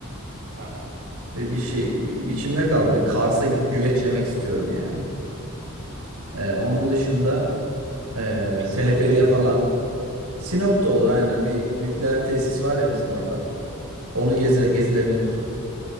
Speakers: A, on the right (about 60°); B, on the right (about 85°).
A: Aha.
B: Bir, bir şey bir, içimde kaldı. Bir Kars'a gidip güveç yemek istiyorum yani. Ee, onun dışında ee,
A: Bir Sinop'ta
B: teleferiye
A: yaz
B: falan.
A: ya.
B: Sinop da olur aynen. Bir nükleer tesis var ya bizim orada. Onu geze, gezilebilir.